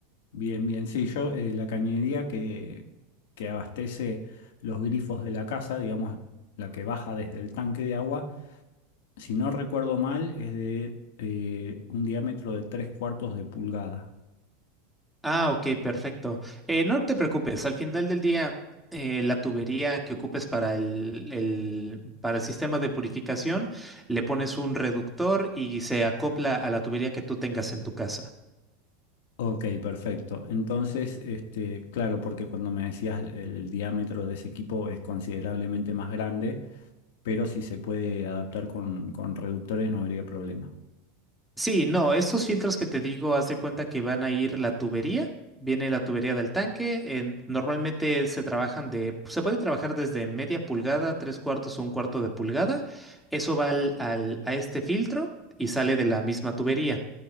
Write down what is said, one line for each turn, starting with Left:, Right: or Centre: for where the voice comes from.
Left: bien, bien. Sí, yo eh, la cañería que, que abastece los grifos de la casa, digamos, la que baja desde el tanque de agua, si no recuerdo mal, es de eh, un diámetro de tres cuartos de pulgada.
Centre: Ah, ok, perfecto. Eh, no te preocupes, al final del día, eh, la tubería que ocupes para el, el- para el sistema de purificación, le pones un reductor y se acopla a la tubería que tú tengas en tu casa.
Left: Ok, perfecto. Entonces, este, claro, porque cuando me decías el diámetro de ese equipo es considerablemente más grande, pero si se puede adaptar con, con reductores no habría problema.
Centre: Sí, no, estos filtros que te digo, haz de cuenta que van a ir la tubería, viene la tubería del tanque, en- normalmente se trabajan de, pues, se puede trabajar desde media pulgada, tres cuartos o un cuarto de pulgada, eso va al, al- a este filtro y sale de la misma tubería.